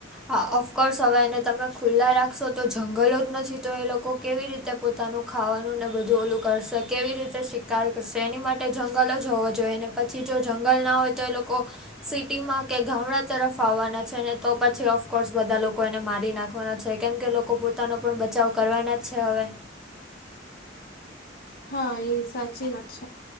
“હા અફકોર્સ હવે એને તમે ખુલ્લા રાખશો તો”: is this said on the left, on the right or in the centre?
Centre